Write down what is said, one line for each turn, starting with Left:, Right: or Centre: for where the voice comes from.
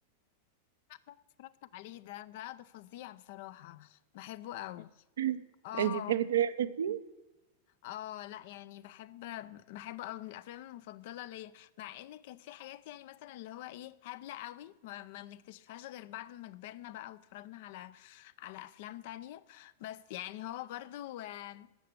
Left: انا اتفرجت عليه ده ده ده فظيع بصراحة بحبه قوي
Right: <laughs>
Left: اه
Right: انت بتحبي تتفرجي
Left: اه لا يعني بحب بحب قوي من الافلام المفضلة ليا مع ان كانت في حاجات يعني مثلا اللي هو ايه هبلة قوي ما, ما بنكتشفهاش غير بعد ما كبرنا بقى واتفرجنا على على افلام تانية بس يعني هو برضو آه،